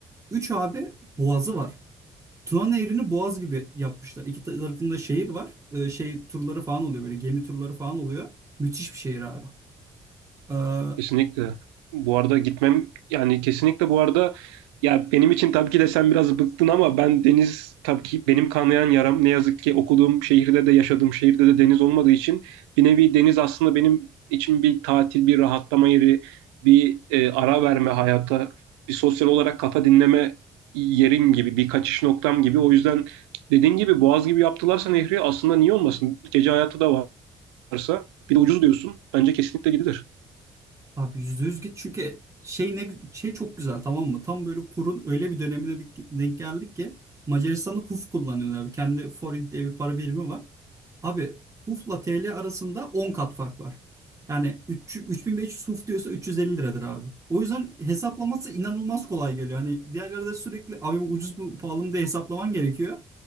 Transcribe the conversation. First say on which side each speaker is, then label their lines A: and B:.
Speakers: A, on the right (about 25°); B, on the right (about 80°).
A: Üç abi boğazı var. Tuna Nehri'ni boğaz gibi yapmışlar. İki tarafında şehir var. E, şey turları falan oluyor böyle gemi turları falan oluyor. Müthiş bir şehir abi. Ee,
B: Kesinlikle. Bu arada gitmem yani kesinlikle bu arada ya benim için tabii ki de sen biraz bıktın ama ben deniz tabii ki benim kanayan yaram ne yazık ki okuduğum şehirde de yaşadığım şehirde de deniz olmadığı için bir nevi deniz aslında benim için bir tatil, bir rahatlama yeri, bir e, ara verme hayata, bir sosyal olarak kafa dinleme yerin gibi, bir kaçış noktam gibi. O yüzden dediğin gibi Boğaz gibi yaptılarsa nehri aslında niye olmasın? Gece hayatı da varsa bir de ucuz diyorsun. Bence kesinlikle gidilir.
A: Abi yüzde yüz git çünkü şey ne şey çok güzel tamam mı? Tam böyle kurun öyle bir dönemine dik- denk geldik ki Macaristan'da HUF kullanıyorlar abi. Kendi forint diye bir para birimi var. Abi HUF'la TL arasında 10 kat fark var. Yani 3, 3500 HUF diyorsa 350 liradır abi. O yüzden hesaplaması inanılmaz kolay geliyor. Hani diğerlerde sürekli abi bu ucuz mu pahalı mı diye hesaplaman gerekiyor.